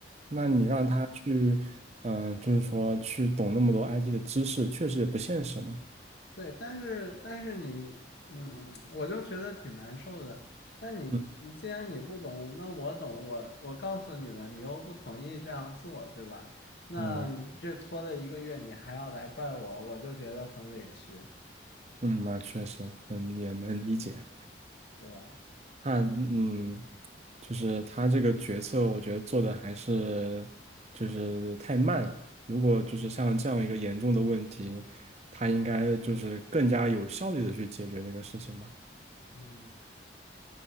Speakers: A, on the right (about 35°); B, on the left (about 70°).
A: 那你让他去，
B: 对。
A: 嗯、就是说去懂那么多 IT 的知识，确实也不现实嘛。
B: 对，但是但是你，嗯，我就觉得挺难受的。那你你既然你不懂，
A: 嗯
B: 那我懂，我我告诉你了，你又不同意这样做，对吧？那这拖了一个月，
A: 嗯
B: 你还要来怪我，我就觉得很委屈，
A: 嗯，那确实，嗯，也能理解。
B: 对吧？
A: 那嗯，就是他这个决策，我觉得做的还是就是太慢了。如果就是像这样一个严重的问题，他应该就是更加有效率的去解决这个事情吧。
B: 嗯